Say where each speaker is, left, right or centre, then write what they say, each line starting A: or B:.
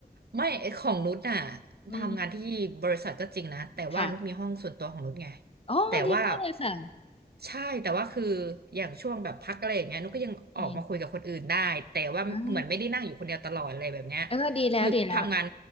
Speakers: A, on the right (about 75°); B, on the left (about 35°).
A: ไม่ไอ้ของนุชน่ะ
B: อืม
A: ทำงานที่บริษัทก็จริงนะแต่ว่านุชมีห้องส่วนตัวของนุชไง
B: ค่ะโอ้ดีมากเลยค่ะ
A: แต่ว่าใช่แต่ว่าคืออย่างช่วงแบบพักอะไรอย่างเงี้ยนุชก็ยังออกมาคุยกับคนอื่นได้แต่ว่าเหมือนไม่ได้นั่งอยู่คนเดียวตลอดอะไรแบบเนี้ย
B: อืมอ่าเออดีแล้วดีแล้ว
A: คือทำงาน